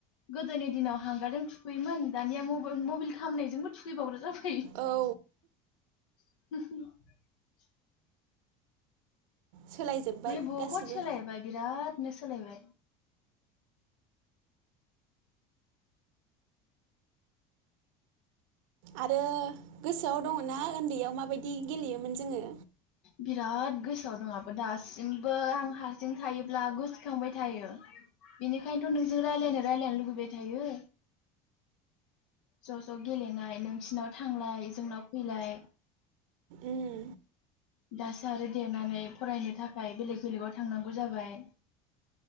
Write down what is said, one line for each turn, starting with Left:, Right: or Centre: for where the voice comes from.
Left: गोदोनि दिनाव हांगारजों थुखैयोमोन दानिया माइ मबाइल खामनायजोंबो थुखैबावग्रा जाबाय
Right: औ
Left: <inaudible>
Right: सोलायजोब्बाय
Left: माने बहुद
Right: गासिबो
Left: सोलायबाय बिराद सोलायबाय
Right: आरो गोसोआव दङ ना उन्दैयाव माबायदि गेलेयोमोन जोङो
Left: बिराद गोसोआव दं आंहाबो दासिमबो आं हारसिं थायोब्ला गोसोखांबाय थायो बेनिखायनोथ' नोंजों रायलायनो रायलायनो लुुबैबाय थायो ज' ज' गेलेनाय नोंसिनाव थांनाय जोंनाव फैलाय
Right: उम
Left: दासो आरो देरनानै फरायनो थाखाय बेलेग बेलेगाव थांनांगौ जाबाय